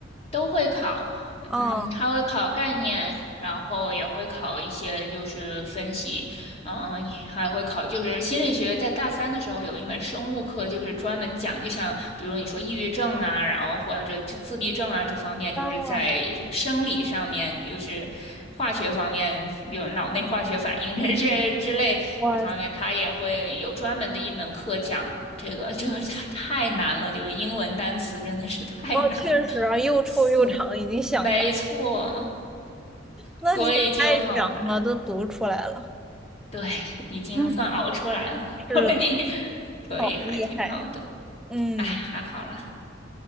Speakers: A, on the left; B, in the centre.
A: 都会考，
B: 哦，
A: 嗯，他会考概念，然后也会考一些就是分析，嗯，也还会考就是心理学，在大三的时候有一门生物课，就是专门讲，就像比如你说抑郁症啊，然后或者就自闭症啊这方面，就是在生理上面，
B: 哦，
A: 就是化学方面，有脑内化学反应这这之类这方面，
B: 哇塞！
A: 他也会有专门的一门课讲。这个这个太太难了，就是英文单词真的是太难了。
B: 哦，确实啊，又臭又长，
A: <laughs> 所
B: 已经想了。
A: 没错，
B: 那你也太强了，
A: 所以就好难。
B: 都读出来了。
A: 对，已经算熬出来了，
B: 嗯，是的，
A: <laughs> 所以所以还挺好的。
B: 好厉害呀。嗯，
A: 哎，还好啦。